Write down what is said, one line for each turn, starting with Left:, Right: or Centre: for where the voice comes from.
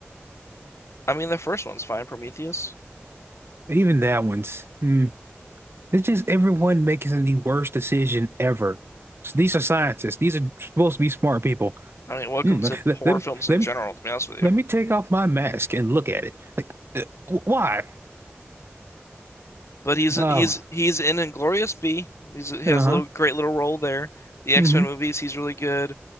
Left: I mean, the first one's fine, Prometheus.
Right: even that one's, hmm. It's just everyone making the worst decision ever. So these are scientists. These are supposed to be smart people.
Left: I mean, welcome
Right: Hmm,
Left: to
Right: let,
Left: poor
Right: let,
Left: films in
Right: let,
Left: general, to be honest with you.
Right: let me take off my mask and look at it. Like, uh, wh- why?
Left: But he's
Right: Oh,
Left: he's he's in Inglorious B. He's, he has
Right: uh-huh.
Left: a little great little role there. The X-Men
Right: Mm-hmm.
Left: movies, he's really good.